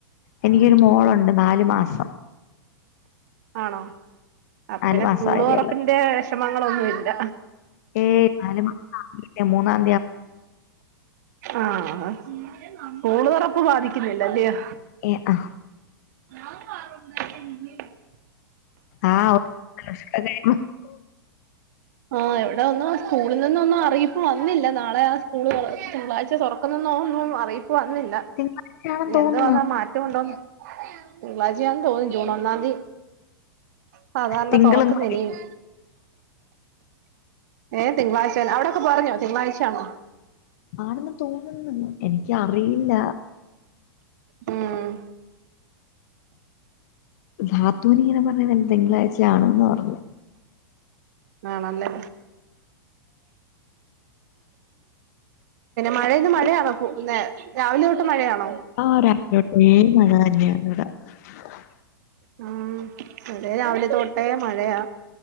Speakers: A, on the left (about 50°); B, on the right (about 50°).
A: എനിക്കൊരു മോളുണ്ട് നാലു മാസം
B: ആണോ അപ്പൊ
A: നാലു
B: പിന്നെ
A: മാസം
B: സ്കൂൾ
A: ആയതേ
B: തുറപ്പിന്റെ
A: ഉള്ളൂ
B: വിശ മങ്ങളൊന്നും ഇല്ല
A: ഏയ് നാലുമാസമായില്ല മൂന്ന് മാസം
B: ആഹ സ്കൂള് തുറപ്പ് ബാധിക്കുന്നില്ല അല്ലയോ
A: ഏ ആ
B: <inaudible>
A: ആ <unintelligible>
B: ആ ഇവിടെ ഒന്നും സ്കൂളിൽ നിന്ന് ഒന്നും അറിയിപ്പ് വന്നില്ല നാളെ ആ സ്കൂൾ തിങ്കളാഴ്ച തുറക്കുന്നന്നോ ഒുന്നും അറിയിപ്പ- വന്നില്ല
A: തിങ്കളാഴ്ചയാണെന്ന് തോന്നുന്നു
B: എന്തോവാന്നാ മാറ്റം ഒണ്ടോന്ന് തിങ്കളാഴ്ചയാണെന്ന് തോന്നുന്നു ജൂൺ ഒന്നാംന്തി സാധാരണ
A: തിങ്കളും
B: തുറക്കുന്ന
A: കൂടി
B: ഇനിയും ഏ തിങ്കളാഴ്ച തന്നെ അവിടൊക്കെ പറഞ്ഞോ തിങ്കളാഴ്ചയാണോ
A: ആണെന്ന് തോന്നുന്നു എനിക്ക് അറിയില്ല
B: ഉം
A: നാത്തുന് ഇങ്ങനെ പറഞ്ഞത് തിങ്കളാഴ്ച ആണെന്ന് പറഞ്ഞു ആാണ്ന്ന് പറഞ്ഞത്
B: ആഹ് ണല്ലേ? മഴയിന്ന് മഴയാണ് രാവിലെ തൊട്ട് മഴയാണോ
A: ആഹ് രാവിലെതൊട്ടേ മഴ തന്നെയ <unintelligible>
B: ഉം അതെ രാവിലെ തോട്ടേ മഴയാ